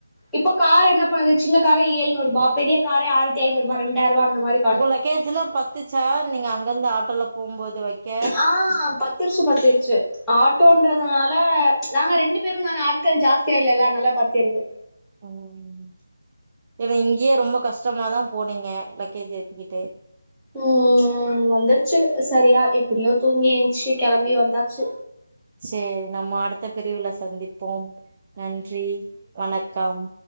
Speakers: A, in the centre; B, on the right.
A: இப்ப கார் என்ன பண்ணது சின்ன கார ஏழுறுபா பெரிய கார ஆயிர ஐநூறு ரெண்டாயிரூபா அந்த மாரி
B: உங்க லக்கேஜ்லா பத்துச்சா நீங்க அங்கந்து ஆட்டோல போகும்போது வைக்க
A: ஆ பத்திருச்சு பத்திருச்சு ஆட்டோன்றதுனால நாங்க ரெண்டு பேரு தான ஆட்கள் ஜாஸ்தியா இல்ல ல அதனால பத்திருது
B: ம் ஏன்னா இங்கயே ரொம்ப கஷ்டமாதா போனீங்க லக்கேஜ் ஏத்திக்கிட்டு
A: ம் வந்துருச்சு சரியா எப்டியோ தூங்கி ஏன்ச்சு கெளம்பி வந்தாச்சு
B: சரி நம்ம அடுத்த பிரிவுல சந்திப்போம் நன்றி வணக்கம்